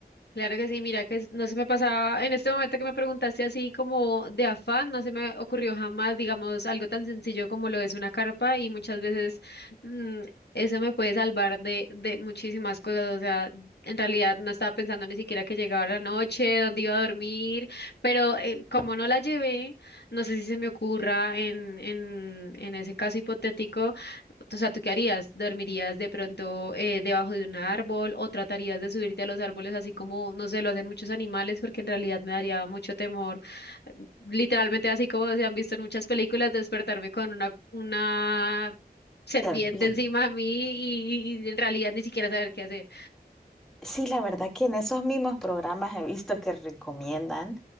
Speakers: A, on the left (about 80°); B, in the centre.
A: Claro que sí, mira que es- no se me pasaba en este momento que me preguntaste así como de afán, no se me ocurrió jamás, digamos, algo tan sencillo como lo es una carpa y muchas veces mm, eso me puede salvar de, de muchísimas cosas, o sea, en realidad no estaba pensando ni siquiera que llegaba la noche, dónde iba a dormir, pero eh, como no la llevé, no sé si se me ocurra en, en, en ese caso hipotético o sea, ¿tú qué harías? ¿Dormirías de pronto eh, debajo de un árbol o tratarías de subirte a los árboles así como, no sé, lo hacen muchos animales? Porque en realidad me daría mucho temor. Literalmente así como se han visto en muchas películas, despertarme con una, una serpiente
B: Ser bien.
A: encima de mí y, y en realidad ni siquiera saber qué hacer.
B: Sí, la verdad que en esos mismos programas he visto que recomiendan